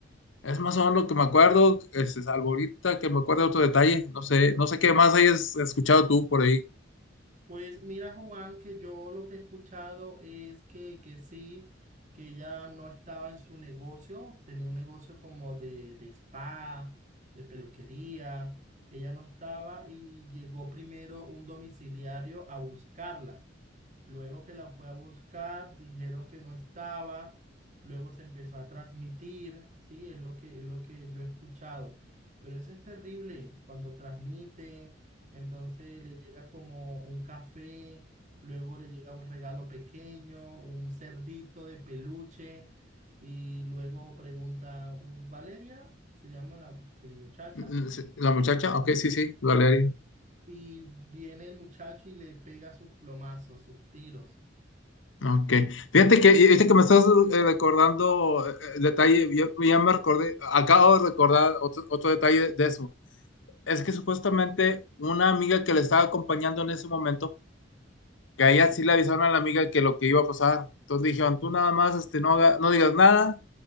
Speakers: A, on the left; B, on the right.
A: Es más o menos lo que me acuerdo, es, es algo ahorita que me acuerdo de otro detalle, no sé, no sé qué más hayas escuchado tú por ahí.
B: Pues mira, Juan, que yo lo que he escuchado es que, que sí, que ella no estaba en su negocio, tenía un negocio como de, de spa, de peluquería, ella no estaba y llegó primero un domiciliario a buscarla. Luego que la fue a buscar, dijeron que no estaba. Luego se empezó a transmitir, sí, es lo que, es lo que yo he escuchado. Pero eso es terrible cuando transmite, entonces le llega como un café, luego le llega un regalo pequeño, un cerdito de peluche, y luego pregunta, "Uh, Valeria, se llama la sí, muchacha,
A: Mm, sí, La muchacha,
B: y,
A: ok, sí, sí, Valeria.
B: y viene el muchacho y le pega sus plomazos, sus tiros.
A: Ok. Fíjate que, y- viste que me estás eh, recordando eh, el detalle, yo- yo ya me recordé, acabo de recordar otro, otro detalle de, de eso. Es que supuestamente una amiga que le estaba acompañando en ese momento, que a ella sí le avisaron a la amiga que lo que iba a pasar. Entonces dijeron, tú nada más este, no, haga- no digas nada,